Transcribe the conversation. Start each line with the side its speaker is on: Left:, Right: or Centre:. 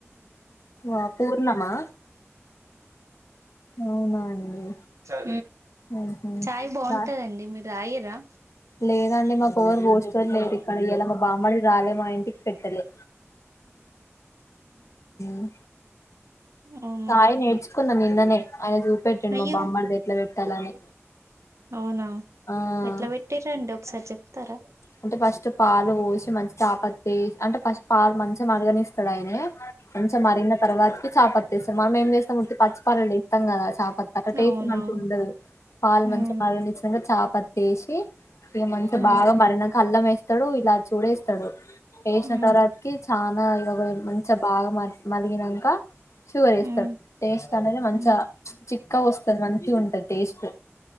Left: ఆ పూర్ణమా అవునా అండి
Right: ఉ
Left: ఆహా
Right: చాయ్ బాగుంటదండి మీరు తాగిర్రా
Left: లేదండి మాకు ఎవరు పోషటోల్లు లేరు ఇక్కడ ఇయల మా బామ్మడిది రాలే మా ఇంటికి పెట్టలే టీవీ సౌండ్
Right: అవునా
Left: చాయి నేర్చుకున్న నిన్ననే ఆయన చూపెట్టండి
Right: అయ్యో
Left: మా బామ్మడిది ఎట్లా పెట్టాలని
Right: అవునా
Left: ఆ
Right: ఎట్లా పెట్టిరండి ఒకసారి చెప్తారా
Left: అంటే ఫస్ట్ పాలు పోసి మంచి చాపత్ ఎసి అంటే ఫస్ట్ పాలు మంచిగా మరగనిస్త అక్కడైనే మంచిగా మరిగిన తర్వాతకి చేపత్త ఎస్తారు మనం ఏం చేస్తాం ఉట్టి పచ్చిపాలల ఎస్తాం కదా ప అ టేస్ట్
Right: అవునవును
Left: మంచిగా ఉండదు పాలు
Right: ఉమ్
Left: మంచిగా మరగ ఇచ్చినాక చపత్తెసి ఇగ మంచి
Right: ఉమ్
Left: బాగా మరినంక అల్లం వేస్తాడు ఇలాచూడేస్తాడు వేసిన
Right: ఉమ్
Left: తర్వాతకి చా మ మంచిగా బాగా మ మరిగినంక షుగర్ వేస్తాడు
Right: ఉమ్
Left: టేస్ట్ అంటది మంచిగా
Right: ఉమ్
Left: చిక్కాగా వస్తది మంచిగా ఉంటది టేస్ట్